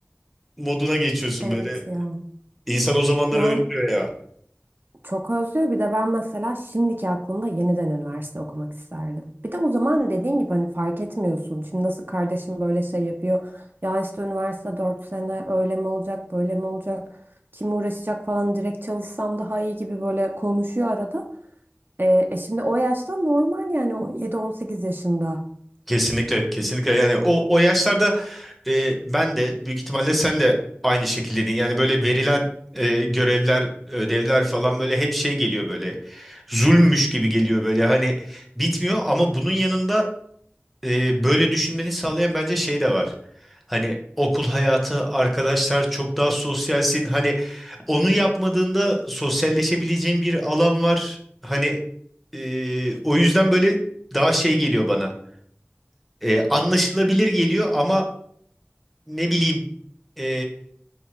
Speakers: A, in the centre; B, on the right.
A: moduna geçiyorsun
B: Evet
A: böyle.
B: ya.
A: İnsan o zamanları
B: Yani
A: özlüyor
B: Çok özlüyor. Bir de ben mesela şimdiki aklımda yeniden üniversite okumak isterdim. Bir de o zaman dediğin gibi hani fark etmiyorsun. Şimdi nasıl kardeşim böyle şey yapıyor. Ya işte üniversite 4 sene öyle mi olacak böyle mi olacak. Kim uğraşacak falan direkt çalışsam daha iyi gibi böyle konuşuyor arada. E, e şimdi o yaşta normal yani 17-18 yaşında.
A: Kesinlikle, kesinlikle. Yani o o yaşlarda e, ben de büyük ihtimalle sen de aynı şekildeydin. Yani böyle verilen e, görevler, ödevler falan böyle hep şey geliyor böyle. Zulmüş gibi geliyor böyle. Hani bitmiyor ama bunun yanında e, böyle düşünmeni sağlayan bence şey de var. Hani okul hayatı, arkadaşlar çok daha sosyalsin. Hani onu yapmadığında sosyalleşebileceğin bir alan var. Hani e, o yüzden böyle daha şey geliyor bana. E, anlaşılabilir geliyor ama ne bileyim e,